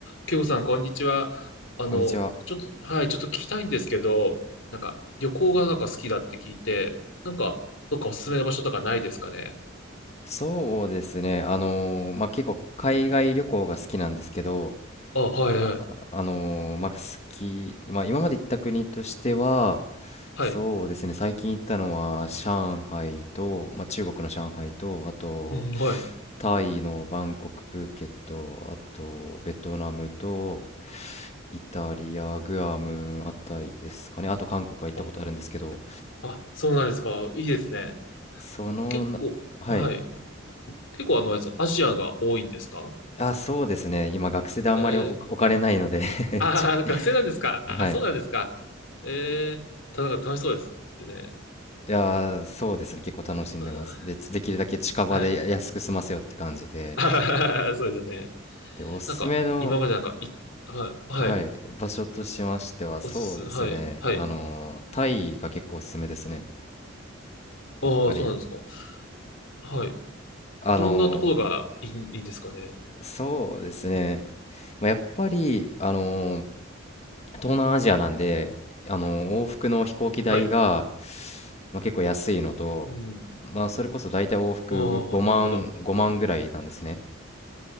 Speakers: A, on the left (about 65°); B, on the left (about 35°).
A: ケイコさん、こんにちは。あの、
B: こんにちは。
A: ちょっと、はい、ちょっと聞きたいんですけど、なんか、旅行がなんか好きだって聞いて、なんか、どっかおすすめの場所とかないですかね
B: そうですね。あのーまあ、結構海外旅行が好きなんですけど、
A: あ、はい、
B: あ、
A: はい。
B: あのーまあ、好き、まあ、今まで行った国としては、
A: はい。
B: そうですね。最近行ったのは上海と、まあ、中国の上海と、あと
A: うん、はい。
B: タイのバンコク、プーケット、あとベトナムとイタリア、グアムあたりですかね。あと韓国は行ったことあるんですけど、
A: あ、あ、そうなんですか。いいですね。
B: そのな、
A: 結構、
B: はい。
A: はい。結構、あの、あれですアジアが多いんですか
B: あ、そうですね。今、学生であんまりお、
A: えー、
B: お金ないので
A: あー、
B: <laughs> ち
A: 学生なんですかあ、
B: はい。
A: そうなんですか。えー、たなんか楽しそうですね。
B: いやー、そうですね。結構楽しんでます。
A: うん
B: で、つできるだけ近場でや安く済ませようって感じで。
A: はい。あはははそうですよね。
B: で、おすすめの、
A: なんか、今までなんか、い、はい、はい。
B: はい、場所としましては、そうですね。
A: おすす、はい、はい。
B: あのー、タイが結構おすすめですね。
A: ああ、
B: やっぱり、
A: そうなんですか。はい。
B: あの
A: どんなところがいい、いいんですかね。
B: ー、そうですね。まあ、やっぱり、あの東南アジアなんで、あの、往復の飛行機代が、
A: はい。
B: まあ、結構安いのと、
A: うん。
B: まあ、それこそ大体往復5万、
A: ああ、はなるほど。
B: 5万ぐらいなんですね。